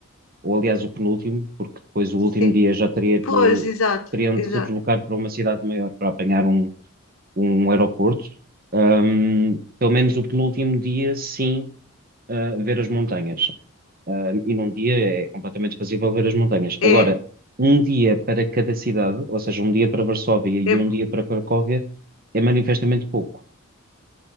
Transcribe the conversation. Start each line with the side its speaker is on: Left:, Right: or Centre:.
Right: ou aliás o penúltimo, porque depois o
Left: Sim.
Right: último dia já teria de,
Left: Pois, exato,
Right: teriam
Left: exato.
Right: de se deslocar para uma cidade maior para apanhar um, um aeroporto. Ahm, pelo menos o penúltimo dia, sim, ah, ver as montanhas. Ah, e num dia é completamente fazível ver as montanhas.
Left: É,
Right: Agora, um dia para cada cidade, ou seja, um dia para Varsóvia e
Left: é,
Right: um dia para Cracóvia, é manifestamente pouco.